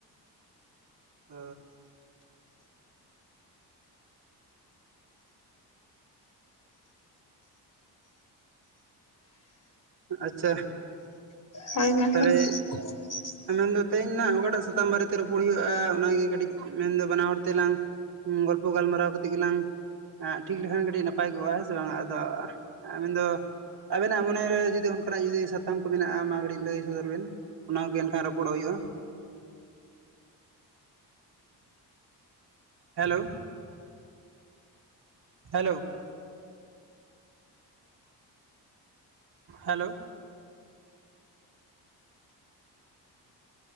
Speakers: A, on the right; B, on the left.
A: ᱚ ᱟᱪ ᱪᱷᱟ
B: ᱦᱳᱭ ᱢᱮᱱᱵᱮᱱ
A: ᱛᱟᱨᱮ
B: <inaudible>
A: ᱢᱮᱱᱫᱚ ᱛᱮᱦᱮᱧ ᱦᱟᱸᱜ ᱚᱠᱟᱴᱟᱜ ᱥᱟᱛᱟᱢ ᱵᱟᱨᱮᱛᱮ ᱨᱚᱯᱚᱲ ᱦᱩᱭᱩᱜᱼᱟ ᱚᱱᱟᱜᱮ ᱠᱟᱹᱴᱤᱡ ᱢᱮᱱᱫᱚ ᱵᱟᱱᱟ ᱦᱚᱲ ᱛᱮᱞᱟᱝ ᱜᱚᱞᱯᱚ ᱜᱟᱞᱢᱟᱨᱟᱣ ᱠᱟᱛᱮᱜ ᱜᱮᱞᱟᱝ ᱴᱷᱤᱠ ᱞᱮᱠᱷᱟᱱ ᱠᱟᱹᱴᱤᱡ ᱱᱟᱯᱟᱭ ᱠᱚᱜᱼᱟ ᱦᱮᱸ ᱥᱮ ᱵᱟᱝ ᱟᱫᱚ ᱟ. ᱵᱤᱱ ᱫᱚ ᱟᱵᱮᱱᱟᱜ ᱢᱚᱱᱮᱨᱮ ᱡᱩᱫᱤ ᱚᱱᱠᱟᱱᱟᱜ ᱡᱩᱫᱤ ᱥᱟᱛᱟᱢ ᱠᱚ ᱢᱮᱱᱟᱜᱼᱟ ᱢᱟ ᱠᱟᱹᱴᱤᱡ ᱞᱟᱹᱭ ᱥᱚᱫᱚᱨ ᱵᱮᱱ ᱚᱱᱟᱜᱮ ᱮᱱᱠᱷᱟᱱ ᱨᱚᱯᱚᱲᱚᱜ ᱦᱩᱭᱩᱜᱼᱟ ᱦᱮᱞᱳ ᱦᱮᱞᱳ ᱦᱮᱞᱳ